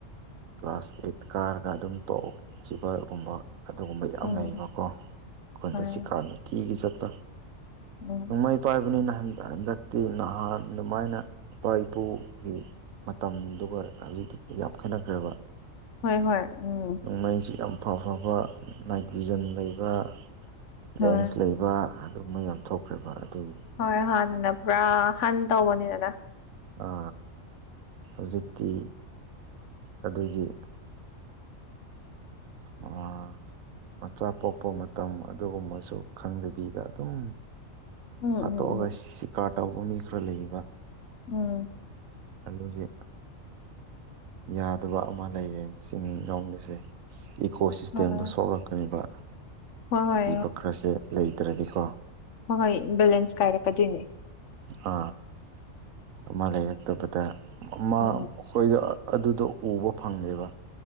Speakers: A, on the right; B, on the left.
A: ꯀ꯭ꯂꯥꯁ ꯑꯩꯠ ꯀꯥꯔꯒ ꯑꯗꯨꯝ ꯇꯣꯛꯈꯤꯕꯒꯨꯝꯕ ꯑꯗꯨꯒꯨꯝꯕ ꯌꯥꯝ
B: ꯎꯝ
A: ꯂꯩꯌꯦꯕ ꯀꯣ ꯈꯣꯟꯗ
B: ꯍꯣꯏ
A: ꯁꯤ ꯀꯥꯟꯗ ꯇꯤꯒꯤ ꯆꯠꯄ
B: ꯎꯝ
A: ꯅꯣꯡꯃꯩ ꯄꯥꯏꯕꯅꯤꯅ ꯍꯟꯗꯛ ꯍꯟꯗꯛꯇꯤ ꯅꯍꯥꯟ ꯑꯗꯨꯃꯥꯏꯅ ꯏꯄꯥ ꯏꯄꯨꯒꯤ ꯃꯇꯝꯗꯨꯒ ꯍꯧꯖꯤꯛꯇꯤ ꯌꯥꯝ ꯈꯦꯠꯅꯈ꯭ꯔꯦꯕ
B: ꯍꯣꯏ ꯍꯣꯏ ꯎꯝ
A: ꯃꯩꯁꯨ ꯌꯥꯝ ꯐꯥ ꯐꯥꯕ ꯅꯥꯏꯠ ꯚꯤꯖꯟ ꯂꯩꯕ
B: ꯍꯣꯏ
A: ꯂꯦꯟꯁ ꯂꯩ ꯕ ꯑꯗꯨꯝꯕ ꯌꯥꯝ ꯊꯣꯛꯈ꯭ꯔꯦꯕ ꯑꯗꯨꯒꯤ
B: ꯍꯣꯏ ꯍꯥꯟꯅꯅ ꯄꯨꯔꯥ ꯍꯟ ꯇꯧꯕꯅꯤꯗꯅ
A: ꯑ ꯍꯧꯖꯤꯛꯇꯤ ꯑꯗꯨꯒꯤ
B: <inaudible>
A: ꯑꯥ ꯃꯆꯥ ꯄꯣꯛꯄ ꯃꯇꯝ ꯑꯗꯨꯒꯨꯝꯕꯁꯨ ꯈꯪꯗꯕꯤꯗ ꯑꯗꯨꯝ
B: ꯎꯝ ꯎꯝ
A: ꯍꯥꯠꯇꯣꯛꯑꯒ ꯁꯤꯀꯥꯔ ꯇꯧꯕ ꯃꯤ ꯈꯔ ꯂꯩꯌꯦꯕ
B: ꯎꯝ
A: ꯑꯗꯨꯒꯤ ꯌꯥꯗꯕ ꯑꯃ ꯂꯩꯔꯦ ꯆꯤꯡꯔꯣꯝꯗꯁꯦ ꯏꯀꯣꯁꯤꯁꯇꯦꯝꯗ
B: ꯍꯣꯏ
A: ꯁꯣꯛꯂꯛꯈ꯭ꯔꯦꯕ
B: ꯍꯣꯏ
A: ꯖꯤꯕ ꯈꯔꯁꯦ ꯂꯩꯇ꯭ꯔꯗꯤꯀꯣ
B: ꯍꯣꯍꯣꯏ ꯕꯦꯂꯦꯟꯁ ꯀꯥꯏꯔꯛꯀꯗꯣꯏꯅꯦ
A: ꯑ ꯑꯃ ꯂꯩꯔꯛꯇꯕꯗ ꯑꯃꯃꯨꯛ
B: ꯎꯝ
A: ꯑꯈꯣꯏꯗꯤ ꯑ ꯑꯗꯨꯗꯣ ꯎꯕ ꯐꯪꯉꯦꯕ